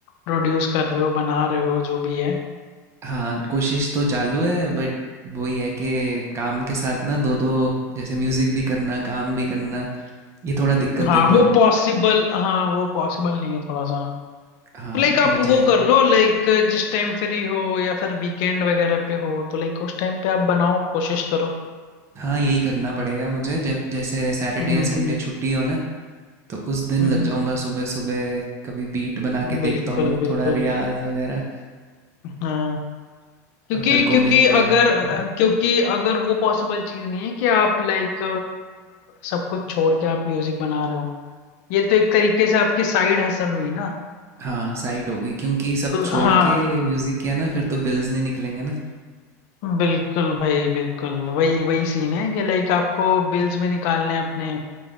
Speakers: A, on the left (about 55°); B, on the right (about 30°).
A: प्रोड्यूस कर रहे हो बना रहे हो जो भी है
B: हाँ कोशिश तो चालू है बट वही है कि काम के साथ ना दो दो जैसे म्यूजिक भी करना काम भी करना ये थोड़ा दिक्कत
A: हाँ
B: देता
A: वो
B: है
A: पॉसिबल हाँ वो पॉसिबल नहीं है थोड़ा सा
B: हाँ
A: तो लाइक आप
B: तो मुझे
A: वो कर लो लाइक जिस टाइम फ्री हो या फिर वीकेंड वगैरह पे हो तो लाइक उस टाइम पे आप बनाओ कोशिश करो
B: हाँ यही करना पड़ेगा मुझे जब जैसे सैटरडे
A: हम्म
B: या संडे छुट्टी हो ना तो उस दिन
A: हम्म,
B: लग जाऊंगा सुबह सुबह कभी बीट बना
A: हम्म,
B: के
A: बिल्कुल
B: देखता हूँ
A: बिल्कुल
B: थोड़ा रियाज वगैरह
A: हाँ क्योंकि
B: और कल
A: क्योंकि
B: को मेरे
A: अगर
B: हम्म।
A: क्योंकि अगर वो पॉसिबल चीज नहीं है कि आप लाइक सब कुछ छोड़ के आप म्यूजिक बना रहे हो ये तो एक तरीके से आपकी साइड हसल हुई ना
B: हाँ साइड होगी क्योंकि सब
A: तो
B: छोड़
A: हाँ
B: के म्यूजिक किया ना फिर तो बिल्स नहीं निकलेंगे ना
A: बिल्कुल भाई बिल्कुल वही वही सीन है कि लाइक आपको बिल्स भी निकालने हैं अपने